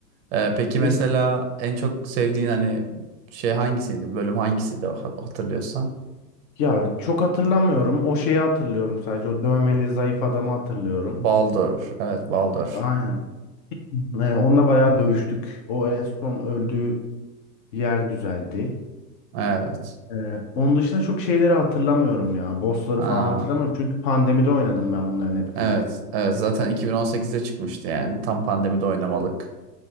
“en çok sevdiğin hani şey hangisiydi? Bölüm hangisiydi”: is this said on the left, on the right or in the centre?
Right